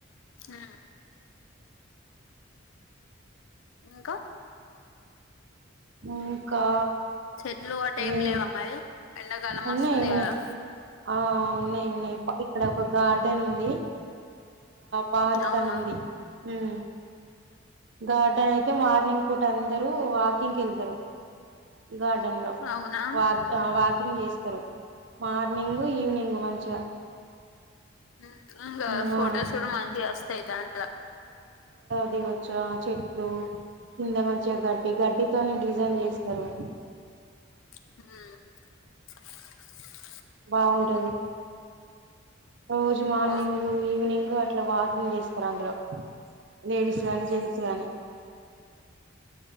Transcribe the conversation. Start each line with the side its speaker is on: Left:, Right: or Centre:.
Left: హ ఇంకా
Right: ఇంకా
Left: చెట్లు గొట్ట
Right: ఇవి
Left: ఎం లేవా మరి ఎండాకాలం
Right: ఉన్నాయి
Left: వస్తది
Right: ఉన్నాయి
Left: కదా
Right: ఆ ఉన్నాయి ఇక్కడ ఒక గార్డెన్ ఉంది పార్క్
Left: అవునా
Right: అని ఉంది ఉం గా అయితే మార్నింగ్ పూట అందరూ వాక్ కింగ్ కెళ్తారు గార్డెన్ లో
Left: అవునా
Right: వాక్ వాకింగ్ చేస్తారు మార్నింగు ఈవినింగ్ మంచిగా
Left: హమ్ ఇంగ
Right: ఆ
Left: ఫోటోస్ గుడా మంచిగ వాస్తయి దాంట్లో
Right: దిగోచుగా చెట్లు కింద మంచిగా గడ్డి గడ్డితోనే డిజైన్ చేస్తరు
Left: హమ్
Right: బాగుంటది రోజు మార్నింగు
Left: అవును
Right: ఈవినింగు అట్ల వాకింగ్ చేస్తరు అందులో లేడీస్ గానీ జెంట్స్ గానీ